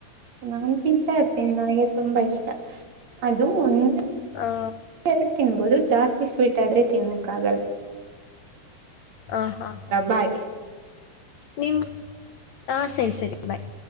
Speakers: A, on the right; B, on the left.
A: ನಾನ್ ಹಾಗೆ ತಿಂತಾ ಇರ್ತೀನಿ ನನಗೆ ತುಂಬಾ ಇಷ್ಟ ಅದು ಒಂದ್
B: ಹಾ
A: ಎರಡು ತಿನ್ಬೋದು ಜಾಸ್ತಿ ಸ್ವೀಟ್ ಆದ್ರೆ ತಿನ್ನಕ್ ಆಗಲ್ಲ.
B: ಹ ಹಾ ಹಾ
A: ಬಾಯ್
B: ನಿಮ್ ಹ ಸರಿ ಸರಿ ಬಾಯ್